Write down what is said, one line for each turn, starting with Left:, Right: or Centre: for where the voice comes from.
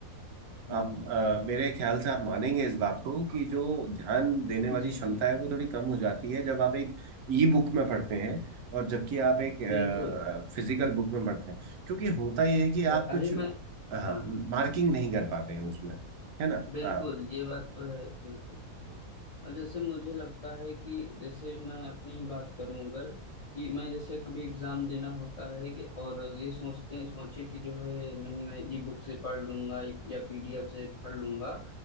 Left: हम्म
Right: आप अ, मेरे ख्याल से आप मानेंगे इस बात को कि जो ध्यान देने वाली
Left: जी
Right: क्षमता
Left: जी
Right: है वो थोड़ी कम हो जाती है जब आप एक ई बुक में पढ़ते हैं और जबकि आप एक
Left: बिल्कुल
Right: फिजिकल बुक में पढ़ते हैं क्योंकि होता यह है कि
Left: पर
Right: आप
Left: अरे
Right: कुछ
Left: मैं
Right: हाँ
Left: हाँ हाँ
Right: मार्किंग नहीं कर पाते हैं उसमें है ना
Left: बिल्कुल
Right: हाँ
Left: ये बात तो है बिल्कुल बिल्कुल अब जैसे मुझे लगता है कि जैसे मैं अपनी ही बात करूं अगर कि मैं जैसे कभी एग्जाम देना होता है कि- और ये सोचते सोचे कि जो है मैं मैं ई बुक से पढ़ लूंगा या पीडीएफ से पढ़ लूंगा